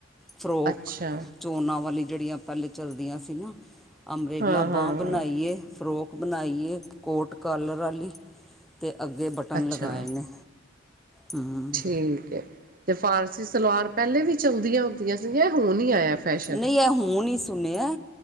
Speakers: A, in the centre; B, on the right.
A: ਫਰੋਕ
B: ਅੱਛਾ
A: ਚੋਨਾਂ ਵਾਲੀ ਜਿਹੜੀਆਂ ਪਹਿਲੇਾਂ ਚੱਲਦੀਆਂ ਸੀ ਨਾ। ਅੰਬਰੇਲਾ
B: ਹਾਂ ਹਾਂ
A: ਬਾਂਹ ਬਣਾਈ ਏ, ਫਰੋਕ ਬਣਾਈ ਏ, ਕੋਟ ਕਾਲਰ ਵਾਲੀ। ਤੇ ਅੱਗੇ ਬਟਨ
B: ਅੱਛਾ
A: ਲਗਾਏ ਨੇ। ਹੂੰ
B: ਠੀਕ ਹੈ, ਤੇ ਫ਼ਾਰਸੀ ਸਲਵਾਰ ਪਹਿਲੇ ਵੀ ਚਲਦੀਆਂ ਹੁੰਦੀਆਂ ਸੀਗੀਆਂ ਹੁਣ ਹੀ ਆਇਆ। ਫੈਸ਼ਨ
A: ਨਹੀਂ ਇਹ ਹੁਣ ਹੀ ਸੁਣਿਆ।